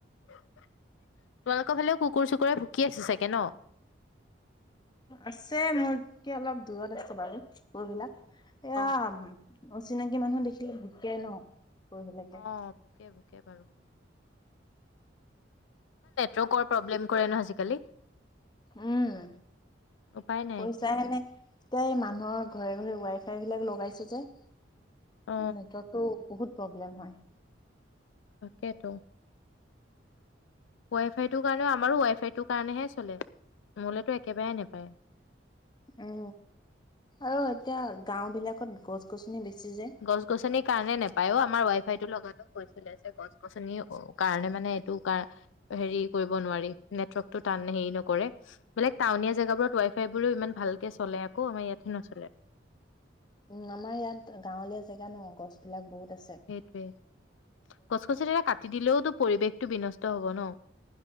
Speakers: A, on the left; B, on the left.
A: তোমালোকৰ ফালে কুকুৰ। ক ভুকি আছে চাগে ন!
B: আছে মোৰ কি অলপ দূৰত আছো বাৰু গ বিলাক। এয়া
A: অ
B: অচিনাকি মানুহ দেখিলে ভুকে ন! কুকুৰবিলাকে।
A: অ ভোকে ভোকে বাৰু। ৰোগৰ প্ৰব্লেম কৰে ন আজিকালি!
B: উম
A: উপায় নাই
B: কৈছা
A: একে
B: এনে এই মানুহৰ। ঘৰে ঘৰে ৱাই ফাই বিলাক লগাইছে যে এ
A: অ
B: ইতাটো বহুত প্ৰব্লেম হয়।
A: তাকেতো। ৱাই ফাইটোৰ কাৰণে আমাৰো ৱাই ফাইটোৰ কাৰণেহে চলে, ন'হলেতো একেবাৰে নেপায়।
B: উম, আৰু এতিয়া গাওঁ বিলাকত গছ গছনি বেছি যে
A: গছ গছনিৰ কাৰণে নেপায় আমাৰ ৱাই ফাইটো লগাওঁতেই কৈছিলে, যে গছ গছনি কাৰণে মানে এইটো কাৰ হেৰি কৰিব নোৱাৰি, নেটৰ্কটো টান হেৰি নকৰে, বোলে টাউনীয়া জেগাবোৰত ৱাই ফাই বোৰ ইমান ভালকে চলে আকৌ আমাৰ ইয়াতে নচলে।
B: উম, আমাৰ ইয়াত গাঁৱলীয়া জেগা ন গছ বিলাক বহুত আছে।
A: সেইটোৱেই। গছ গছনি <unintelligible> কাটি দিলেও পৰিৱেশটো বিনষ্ট হব ন।